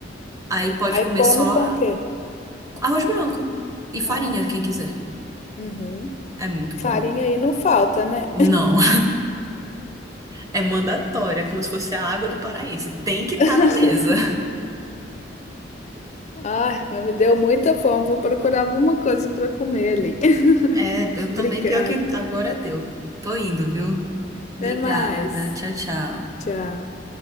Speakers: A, on the right (about 20°); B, on the left (about 40°).
A: Aí pode
B: Aí
A: comer
B: come
A: só
B: com o quê?
A: arroz branco e farinha,
B: Ah.
A: quem quiser.
B: Uhum.
A: É muito
B: Farinha
A: bom.
B: aí não falta, né?
A: Não, <laughs> é mandatório, é como se fosse a água do paraense. Tem que estar
B: <laughs>
A: na mesa.
B: Ai, mas me deu muita fome. Vou procurar alguma coisa para comer ali. <laughs>
A: É, eu
B: Obrigada.
A: também, pior que agora deu. Tô indo, viu?
B: Até
A: Obrigada.
B: mais.
A: Tchau, tchau.
B: Tchau.